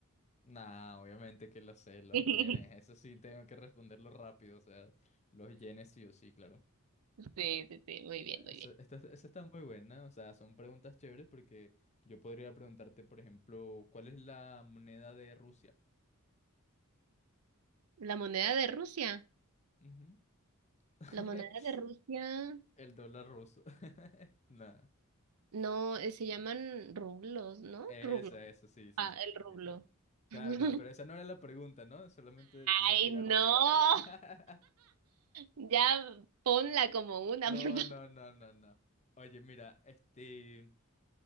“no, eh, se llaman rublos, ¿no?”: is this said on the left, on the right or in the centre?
Right